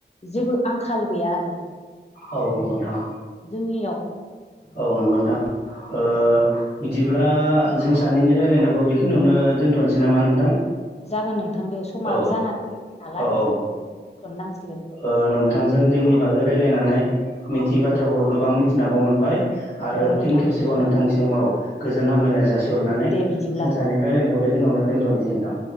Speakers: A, on the left (about 35°); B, on the left (about 60°).
A: जेबो आंखाल गैया आरो।
B: औ नंगौ नोंथां
A: जोंनियाव
B: ओ औ नंगौ नोंथां ओ बिदिब्ला जों सानैनि रायलायनायखौ बेखिनियावनो दोन्थ'नोसै नामा नोंथां।
A: जागोन नोंथां दे समाबो
B: औ
A: जानानानै फैबाय नालाय
B: औ औ
A: दोनथनांसिगोन।
B: ओ नोंथांजों दैनि बागै रायज्लायनानै मिथियै
A: औ
B: बाथ्राफोरखौ गोबां मिथिनाबो मोनबाय। आरो
A: नंगौ नोंथां
B: फिन‌खेबसेबाव
A: ओं
B: नोंथांनिसिम औ गोजोन हामलायनाय जासि हरनानै
A: दे बिदिब्ला
B: जों सानैनि रायलायनायखौ बेखिनियावनो दोनथ'नोसै नोंथां।